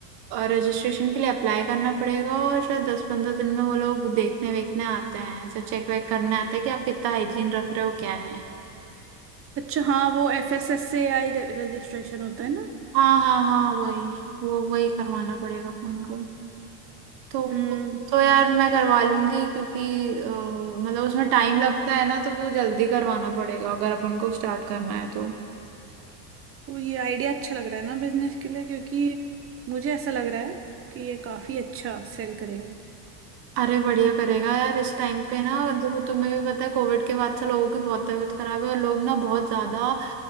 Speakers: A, on the right; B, on the right.
A: रजिस्ट्रेशन के लिए अप्लाई करना पड़ेगा और शायद दस पंद्रह दिन में वो लोग देखने वेखने आते हैं ऐसा चेक वेक करने आता है कि आप कितना हाइजीन रख रहे हो क्या है
B: अच्छा हाँ वो एफ एस एस से आई रजिस्ट्रेशन होता है ना
A: हाँ हाँ हाँ वही वो वही करवाना पड़ेगा अपन को तो
B: हम्म
A: तो यार मैं करवा लूंगी क्योंकि अ, मतलब उसमें टाइम लगता है ना तो वो जल्दी करवाना पड़ेगा अगर अपन को स्टार्ट करना है तो
B: तो ये आइडिया अच्छा लग रहा है ना बिजनेस के लिए क्योंकि मुझे ऐसा लग रहा है कि ये काफी अच्छा सेल करेगा
A: अरे बढ़िया करेगा यार इस टाइम पे ना और देखो तुम्हें भी पता है कोविड के बाद से लोगों की बहुत तबीयत खराब है और लोग ना बहुत ज्यादा